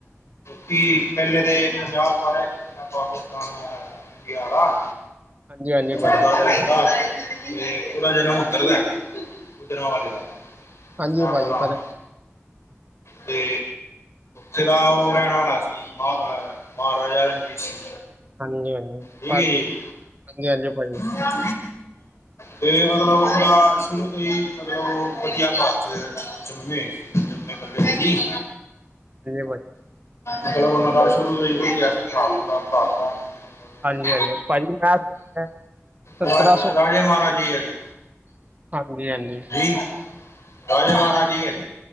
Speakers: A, on the left; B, on the right.
A: ਕੀ, ਪਹਿਲੇ ਦੇ ਪੰਜਾਬ ਸਾਰਨਾ ਪਾਕਿਸਤਾਨ ਗਿਆਰਾ
B: ਹਾਂਜੀ ਹਾਂਜੀ ਭਾਜੀ
A: ਸਰ ਰਹਿੰਦਾ, ਤੇ ਉਹਦਾ ਜਨਮ ਉੱਤਰਦਾ ਗੁਜਰਾਂਵਾਲੇ ਦਾ।
B: ਹਾਂਜੀ
A: ਸ਼ਹਿਰ
B: ਭਾਜੀ
A: ਦਾ ਨਾਮ
B: ਪਤਾ
A: ਤੇ ਜ਼ਿਲਾ ਉਹ ਰਹਿਣ ਵਾਲਾ ਸੀ, ਮ ਮਹਾਰਾਜਾ ਰਣਜੀਤ ਸਿੰਘ
B: ਹਾਂਜੀ-ਹਾਂਜੀ,
A: ਠੀਕ
B: ਹਾਂਜੀ,
A: ਹੈ ਜੀ
B: ਹਾਂਜੀ ਭਾਜੀ।
A: ਹਾਂ। ਤੇ ਮਤਲਬ ਉਹਦਾ, ਸ਼ੁਰੂ ਤੋਂ ਈ, ਮਤਲਬ ਓ ਵਧੀਆ ਘਰ 'ਚ ਜੰਮੇ। ਜੰਮੇ, ਪੱਲੇ ਸੀ।
B: ਏ ਵਾਏ
A: ਮਤਲਬ ਉਹਨਾਂ ਦਾ, ਸ਼ੁਰੂ ਤੋਂ ਈ ਵਧੀਆ ਸੀ ਹਿਸਾਬ-ਕੀਤਾਬ ਘਰ ਦਾ। <inaudible>
B: ਹਾਂਜੀ ਹਾਂਜੀ ਭਾਜੀ ਮੈਂ ਸੁਣਿਆ ਸਤਰਾਂ
A: ਰਾਜੇ-ਰਾਜੇ
B: ਸੌ
A: ਮਹਾਰਾਜੇ ਈ ਹੈਗੇ,
B: ਹਾਂਜੀ ਹਾਂਜੀ
A: ਜੀ। ਰਾਜੇ, ਮਹਾਰਾਜੇ ਹੀ ਐ।